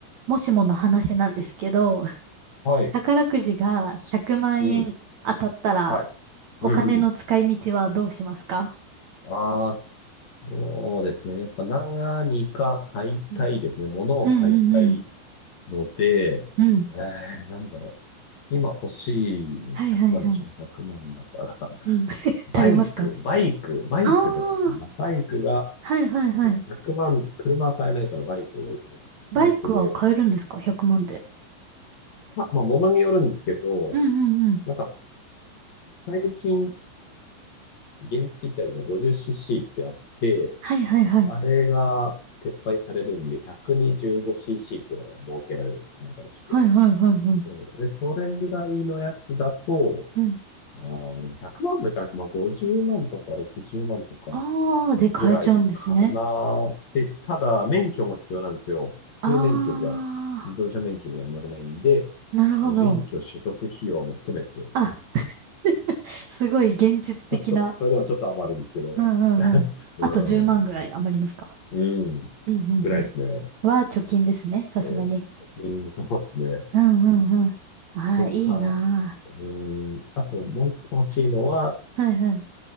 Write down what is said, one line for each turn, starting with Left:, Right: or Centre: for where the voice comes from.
Right: もしもの話なんですけど、
Left: はい。
Right: 宝くじが100万円当たったら、
Left: うん。はい。
Right: お金の使い道はどうしますか
Left: うんうん。ああ、そうですね。やっぱ何か買いたいですね。
Right: うん
Left: 物を買いたい
Right: うんうんうん。
Left: ので、
Right: うん。
Left: えー、なんだろう。今欲しいので100万でしょ1万だから。
Right: はいはいはい。
Left: <laughs>
Right: うん。<laughs>
Left: バイク、
Right: 足りますか
Left: バイク、バイクとかかな。
Right: ああー、
Left: バイクが、
Right: はいはいはい。
Left: そう、100万、車は買えないからバイク多いですね。
Right: バイクは買えるんですか
Left: バイクで、
Right: ?100 万で。
Left: た、まあ、物によるんですけど、
Right: うんうんうん。
Left: なんか、最近、原付ってあるの 50cc ってあって、
Right: はいはいはい。
Left: あれが撤廃されるんで、125cc っていうのが設けられるんですよね、新しく。
Right: はいはいはいはい。
Left: そう。で、それぐらいのやつだと、
Right: うん。
Left: あー、でも100万もいかないです。まあ、50万とか60万とか
Right: ああ、で買えちゃうんですね。
Left: ぐらいかな。で、ただ、免許も必要なんですよ。普通免許じゃ、
Right: ああ、
Left: 自動車免許じゃ乗れないんで、
Right: なるほど。
Left: 免許取得費用も含めて、
Right: あ、<laughs> すごい現実的な
Left: ちょ、ちょっと、それでもちょっと余るんですけど、
Right: うんうんうん。
Left: <laughs> うん、
Right: あと10万ぐらい余りますか
Left: うん、
Right: うんうんうん。
Left: ぐらいですね。
Right: は貯金ですね、さすがに。
Left: お、貯金、そうですね。
Right: うんうんうん。ああ、
Left: とか、
Right: いいな
Left: うーん、あともう一個欲しいのは、
Right: あ。はいはい。